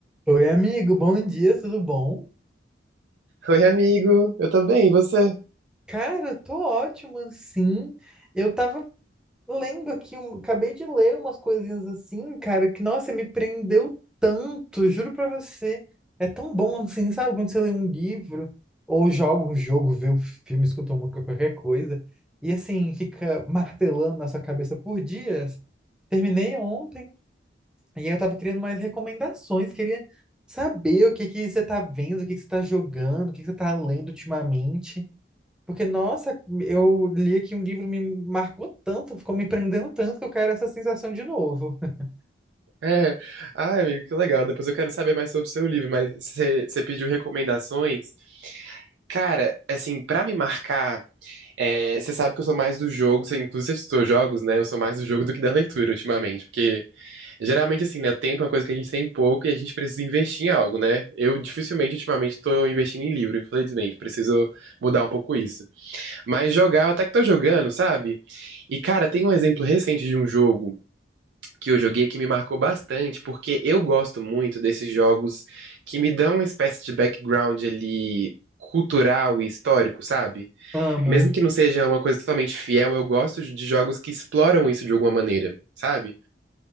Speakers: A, in the centre; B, on the right.
A: Oi, amigo, bom dia, tudo bom?
B: Oi, amigo, eu tô bem, e você?
A: Cara, tô ótimo, assim. Eu tava lendo aqui, um- acabei de ler umas coisinhas assim, cara, que, nossa, me prendeu tanto, juro pra você. É tão bom, assim, sabe, quando você lê um livro, ou joga um jogo, vê um filme, escuta uma música, qualquer coisa, e assim, fica martelando na sua cabeça por dias. Terminei ontem. E aí eu tava querendo mais recomendações, queria saber o que que você tá vendo, o que que você tá jogando, o que que você tá lendo ultimamente. Porque, nossa, eu li aqui um livro, me marcou tanto, ficou me prendendo tanto que eu quero essa sensação de novo. <laughs>
B: É. Ai, amigo, que legal. Depois eu quero saber mais sobre o seu livro, mas você você pediu recomendações. Cara, assim, pra me marcar, é, você sabe que eu sou mais do jogo, você, inclusive você estudou jogos, né? Eu sou mais do jogo do que da leitura ultimamente, porque geralmente, assim, né? Tempo é uma coisa que a gente tem pouco e a gente precisa investir em algo, né? Eu dificilmente ultimamente tô investindo em livro, infelizmente, preciso mudar um pouco isso. Mas jogar, eu até que tô jogando, sabe? E, cara, tem um exemplo recente de um jogo. que eu joguei que me marcou bastante, porque eu gosto muito desses jogos que me dão uma espécie de background ali cultural e histórico, sabe?
A: Amo.
B: Mesmo que não seja uma coisa totalmente fiel, eu gosto de jogos que exploram isso de alguma maneira, sabe?